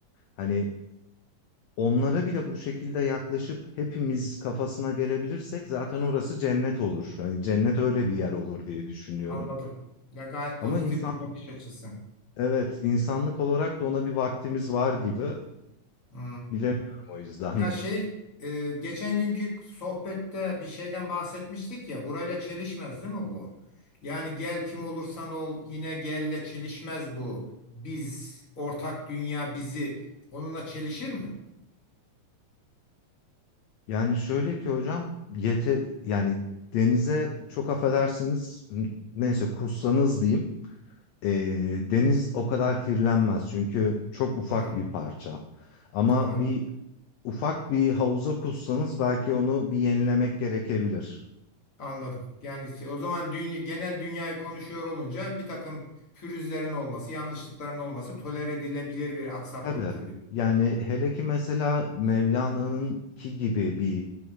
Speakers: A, on the left; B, on the left.
A: Hani onlara bile bu şekilde yaklaşıp hepimiz kafasına gelebilirsek zaten orası cennet olur. Hani cennet öyle bir yer olur diye düşünüyorum.
B: Anladım. Ya gayet
A: Ama
B: pozitif
A: insan
B: bir bakış açısı.
A: evet insanlık olarak da ona bir vaktimiz var gibi
B: Hı.
A: bilemiyorum o yüzden.
B: Ya şey e, geçen günkü sohbette bir şeyden bahsetmiştik ya burayla çelişmez değil mi bu? Yani gel kim olursan ol yine gelle çelişmez bu. Biz ortak dünya bizi onunla çelişir mi?
A: Yani şöyle ki hocam yete yani denize çok affedersiniz neyse kussanız diyeyim e, deniz o kadar kirlenmez çünkü çok ufak
B: Hmm,
A: bir parça. Ama
B: anladım.
A: bir ufak bir havuza kussanız belki onu bir yenilemek gerekebilir.
B: Anladım. Yani şey- o zaman dünya, genel dünyayı konuşuyor olunca bir takım pürüzlerin olması, yanlışlıkların olması tolere edilebilir bir aksaklıktır
A: Tabii
B: diyor.
A: yani hele ki mesela Mevlana'nın ki gibi bir